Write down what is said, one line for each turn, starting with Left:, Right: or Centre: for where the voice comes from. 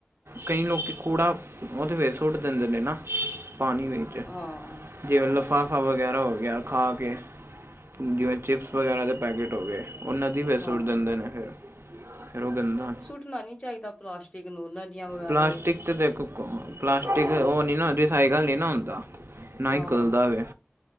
Right: ਕਈ ਲੋਕ ਕੂੜਾ ਉਹਦੇ ਫਿਰ ਸੂੱਟ ਦਿੰਦੇ ਨੇ ਨਾ। ਪਾਣੀ ਵਿੱਚ
Left: ਹਾਂ
Right: ਜਿਵੇਂ ਲਿਫਾਫਾ ਵਗੈਰਾ ਹੋ ਗਿਆ ਖਾ ਕੇ ਜਿਵੇਂ ਚਿਪਸ ਵਗੈਰਾ ਦੇ ਪੈਕੇਟ ਹੋ ਗਏ। ਉਹ ਨਦੀ ਵਿਚ
Left: ਹਾਂ
Right: ਸੁਟ ਦਿੰਦੇ ਨੇ ਫਿਰ- ਫਿਰ ਉਹ ਗੰਦਾ
Left: ਸੁਟਣਾ ਨੀ ਚਾਹੀਦਾ ਪਲਾਸਟਿਕ ਨੂੰ ਨਦੀਆਂ ਵਗੈਰਾ
Right: ਪਲਾਸਟਿਕ
Left: ਵਿੱਚ
Right: ਤੇ ਦੇਖੋ। <unintelligible> ਪਲਾਸਟਿਕ ਉਹ ਨਹੀਂ ਨਾ ਰੀਸਾਈਕਲ ਨਹੀਂ ਨਾ ਹੁੰਦਾ। ਨਾ
Left: ਹਾਂ
Right: ਹੀ ਗਲਦਾ ਵੇ